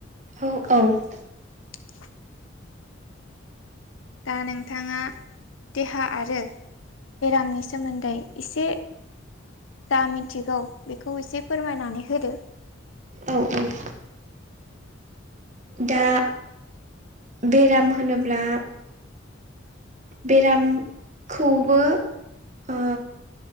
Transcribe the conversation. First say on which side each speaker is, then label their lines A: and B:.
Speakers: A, on the right; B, on the left.
A: औ औ।
B: <inaudible> दा नोंथाङा देहा आरो बेरामनि सोमोन्दै एसे जा मिथिगौ बेखौ एसे फोरमायनानै होदो।
A: औ औ। दा बेराम होनोब्ला बेरामखौबो ओ